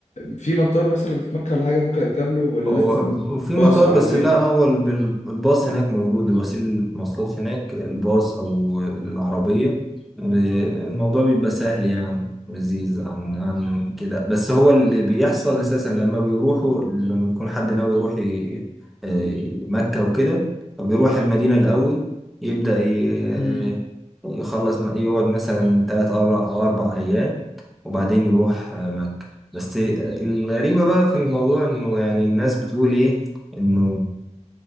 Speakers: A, on the left; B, in the centre.
A: في مطار مثلا في مكة ولا حاجة ممكن اركب له ولا
B: هو
A: لازم باص
B: وفي مطار
A: او عربية
B: بس لا هو الب- الباص هناك موجود وسيلة مواصلات هناك الباص أو العربية الموضوع بيبقى سهل يعني لذيذ عن عن كده بس هو اللي بيحصل أساسا لما بيروحوا لما بيكون حد ناوي يروح ي- آه، مكة وكده بيروح المدينة الأول يبدأ ي-
A: مم.
B: يخلص يقعد مثلا تلات أو أربع أيام وبعدين يروح مكة بس الغريبة بقى في الموضوع إنه يعني الناس بتقول إيه إنه